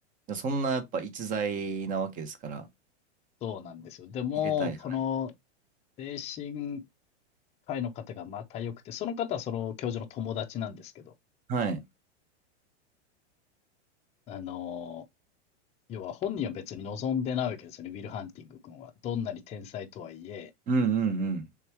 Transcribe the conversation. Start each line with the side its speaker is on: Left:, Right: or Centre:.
Right: うん。そんな、やっぱ、逸材なわけですから、
Left: そうなんですよ。でも、
Right: 入れたい。はい。
Left: この精神科医の方がまた良くて、その方はその教授の友達なんですけど、
Right: はい。
Left: あの、要は本人は別に望んでないわけですよね、ウィル・ハンティング君は。どんなに天才とはいえ、
Right: うんうん